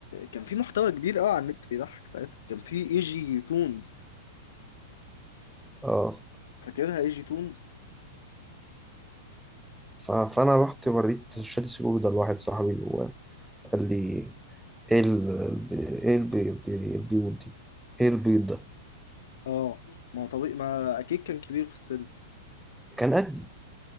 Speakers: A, on the left; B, in the centre.
A: كان في محتوى كبير قوي على النت بيضحك ساعتها كان في اي جي تونز
B: اه
A: فاكرها اي جي تونز
B: ف- فانا رحت وريت شادي سجود ده لواحد صاحبي وقال لي ايه ال... ايه البيض البيض دي ايه البيض ده
A: اه ما طبيعي ما اكيد كان كبير في السن
B: كان قدي